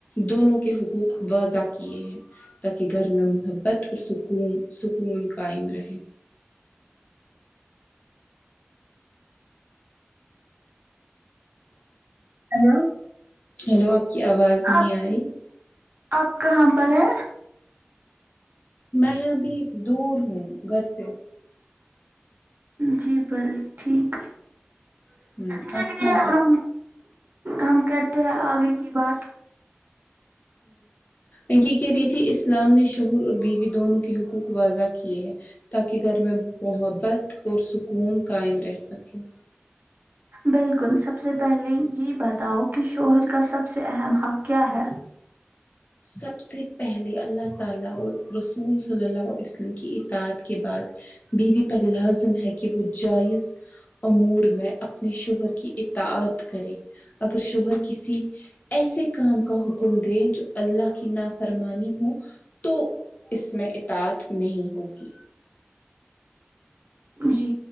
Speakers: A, on the left; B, on the right.
A: دونوں کے حقوق واضح کیے ہیں تاکہ گھر میں محبت اور سکون سکون قائم رہے
B: ہیلو
A: ہیلو آپ کی آواز نہیں
B: آپ
A: آ رہی
B: آپ کہاں پر ہے
A: میں ابھی دور ہوں گھر سے
B: جی بل ٹھیک
A: ہوں
B: چلیے
A: آپ کہاں پر
B: ہم ہم کہتے ہیں آگے کی بات
A: ہم یہ کہہ رہی تھی اسلام نے شوہر اور بیوی دونوں کے حقوق واضح کیے ہیں تاکہ گھر میں محبت اور سکون قائم رہ سکے
B: بالکل سب سے پہلے یہ بتاؤ کہ شوہر کا سب سے اہم حق کیا ہے
A: سب سے پہلے اللہ تعالی اور رسول صلی اللہ عیہ وسلم کی اتاعت کے بعد بیوی پر لازم ہے کہ وہ جائز امور میں اپنے شوہر کی اطاعت کرے اگر شوہر کسی ایسے کام کا حکم دیں جو اللہ کی نافرمانی ہوں تو اس میں اطاعت نہیں ہوگی
B: جی